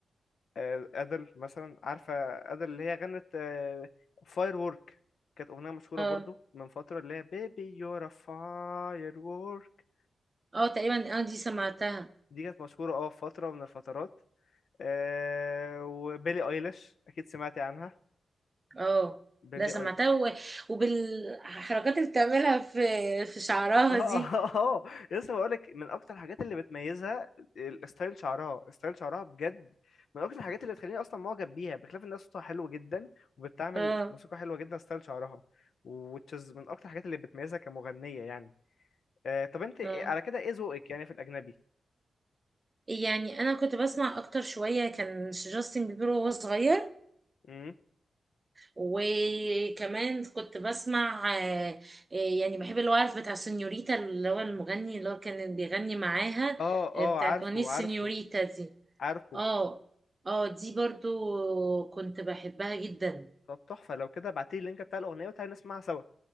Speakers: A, on the left; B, on the right.
A: آه، أدل مثلا عارفة أدل اللي هي غنت فاير وورك كانت أغنية مشهورة
B: اه
A: برضو من فترة اللي هي بيبي يور فاير وورك
B: اه تقريبا اه دي سمعتها
A: دي كانت مشهورة اه في فترة من الفترات آه، وبيلي ايليش أكيد سمعتي عنها
B: اه
A: بيلي
B: ده سمعتها و... وبالحركات اللي بتعملها في في شعرها
A: اه
B: دي
A: <laughs> اه اه لسه بقولك من اكتر الحاجات اللي بتميزها ال- ستايل شعرها ستايل شعرها بجد من اكتر الحاجات اللي بتخليني اصلا معجب بيها بخلاف انها صوتها حلو جدا وبتعمل
B: اه
A: موسيقى حلوه جدا ستايل شعرها وتشز من اكتر الحاجات اللي بتميزها كمغنيه يعني آه طب انت إيه-
B: اه
A: على كده ايه ذوقك يعني في الاجنبي
B: يعني انا كنت بسمع اكتر شوية كان جاستن بيبر وهو صغير
A: امم
B: وكمان كنت بسمع آه، آه، يعني بحب الوقف بتاع سينيوريتا اللي هو المغني اللي هو كان بيغني معاها
A: اه
B: آه،
A: اه
B: بتاعت
A: عارفه
B: أغنية سينيوريتا
A: عارفه
B: دي
A: عارفه
B: اه اه دي برضو كنت بحبها جدا
A: طب تحفه لو كده ابعتيلي اللينك بتاع الاغنيه وتعالي نسمعها سوا